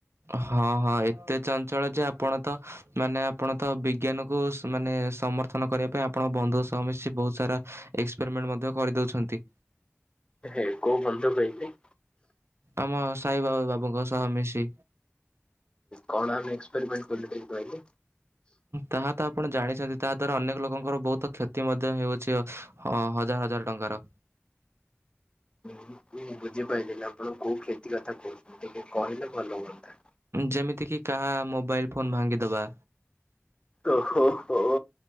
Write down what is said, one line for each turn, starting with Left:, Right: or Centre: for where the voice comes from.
Right: ହଁ, ହଁ ଏତେ ଚଞ୍ଚଳ ଯେ ଆପଣ ତ, ମାନେ ଆପଣ ତ ବିଜ୍ଞାନକୁ ସୁ ମାନେ ସମର୍ଥନ କରିବା ପାଇଁ ଆପଣ ବନ୍ଧୁ ସହ ମିଶି ବହୁତ ସାରା, ଏକ୍ସପେରିମେଣ୍ଟ ମଧ୍ୟ କରିଦଉଛନ୍ତି।
Left: ହେ, କୋଉ ବନ୍ଧୁ କହିଲେ?
Right: ଆମ ସାଇବା ବା ବାବୁଙ୍କ ସହ ମିଶି
Left: କଣ ଆମେ ଏକ୍ସପେରିମେଣ୍ଟ କଲୁ ଟିକେ କହିଲେ?
Right: ତାହା ତ ଆ ଆପଣ ଜାଣିଛନ୍ତି ତା ଦ୍ଵାରା ଅନେକ ଲୋକଙ୍କର ବହୁତ କ୍ଷତି ମଧ୍ୟ ହେଉଅଛି ହ ହଜାର ହଜାର ଟଙ୍କାର।
Left: ହଁ ମୁଁ ବୁଝିପାଇଲିନି ଆପଣ କୋଉ କ୍ଷତି କଥା କହୁଛନ୍ତି ଟିକେ କହିଲେ ଭଲ ହୁଅନ୍ତା।
Right: ଯେମିତିକି କାହା ମୋବାଇଲ ଫୋନ୍ ଭାଙ୍ଗିଦବା
Left: ଓହୋ ହୋ